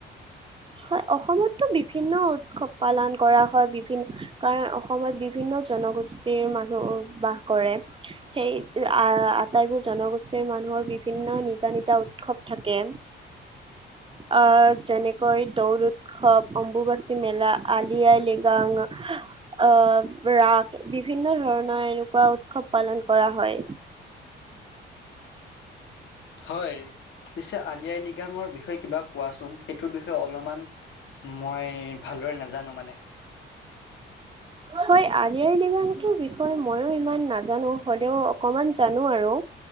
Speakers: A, on the right; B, on the left.
A: হয় অসমতটো বিভিন্ন উৎসৱ পালন কৰা হয় বিভিন্ন কাৰণ অসমত বিভিন্ন জনগোষ্ঠীৰ মানুহ বাস কৰে সেই আহ আটাইবোৰ জনগোষ্ঠীৰ মানুহৰ বিভিন্ন নিজা নিজা উৎসৱ থাকে আহ যেনে কৈ দৌল উৎসৱ অম্বুবাচী মেলা আলি আই লৃগাং আহ ৰাস বিভিন্ন ধৰণৰ এনেকুৱা উৎসৱ পালন কৰা হয়
B: হয় পিছে আলি আই লৃগাং বিষয়ে কিবা কোৱাচোন সেইটো বিষয়ে অলপমান মই ভালদৰে নাজানো মানে
A: হয় আলি আই লৃগাংটোৰ বিষয়ে ময়ো ইমান নাজানো হ'লেও অকমান জানো আৰু